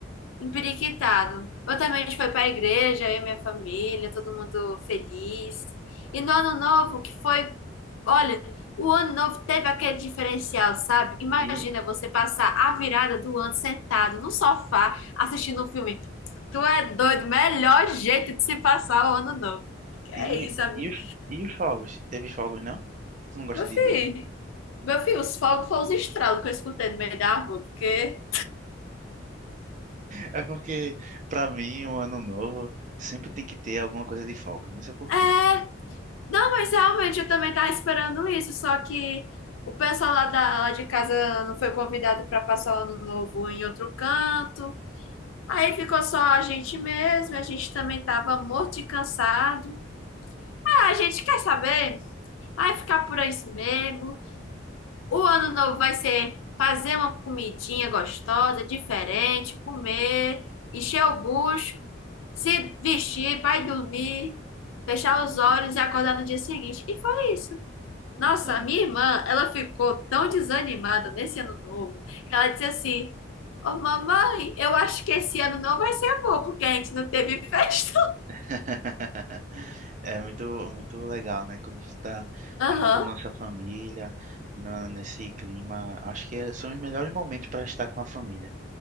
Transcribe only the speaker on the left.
Empiriquitado. Eu também, a gente foi para a igreja, eu e minha família, todo mundo feliz. E no ano novo, que foi. Olha, o ano novo teve aquele diferencial, sabe? Imagina
você passar a virada do ano sentado no sofá, assistindo um filme. Tu é doido, melhor jeito de se passar o ano novo. Que
é isso, amigo?
Meu filho,
meu filho, os fogos foram os estralos que eu escutei no meio da rua, porque.
É.
Não, mas realmente eu também tava esperando isso, só que o pessoal lá, da, lá de casa não foi convidado para passar o ano novo em outro canto. Aí ficou só a gente mesmo, a gente também tava morto de cansado. Ah, a gente quer saber? Vai ficar por isso mesmo. O ano novo vai ser fazer uma comidinha gostosa, diferente, comer, encher o bucho, se vestir, vai dormir, fechar
os
olhos e acordar no dia seguinte. E foi isso. Nossa,
a minha irmã, ela ficou tão desanimada nesse ano novo que ela disse assim: Ô mamãe, eu acho que esse ano não vai ser bom porque a gente não teve festa.
<laughs> Aham,